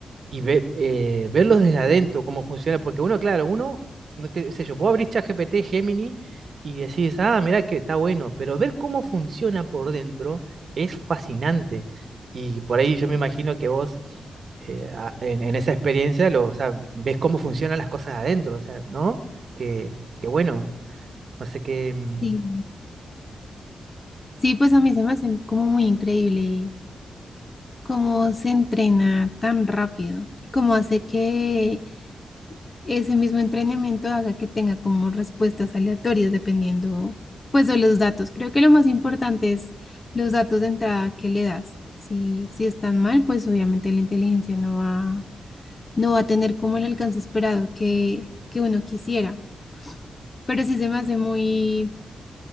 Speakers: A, on the right (about 45°); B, on the left (about 20°).
A: y ve- eh, verlos desde adentro, cómo funciona, porque uno, claro, uno, no qué sé yo, vos abrís ChatGPT, Gemini y decís, ah, mirá que está bueno, pero ver cómo funciona por dentro es fascinante. Y por ahí yo me imagino que vos eh, a- en, en esa experiencia lo, o sea, ves cómo funcionan las cosas adentro, o sea, ¿no? Que, que bueno, no sé qué, mm,
B: sí. Sí, pues a mí se me hace como muy increíble cómo se entrena tan rápido y cómo hace que ese mismo entrenamiento haga que tenga como respuestas aleatorias dependiendo pues de los datos. Creo que lo más importante es los datos de entrada que le das. Si, si están mal, pues obviamente la inteligencia no va no va a tener como el alcance esperado que, que uno quisiera. Pero sí se me hace muy,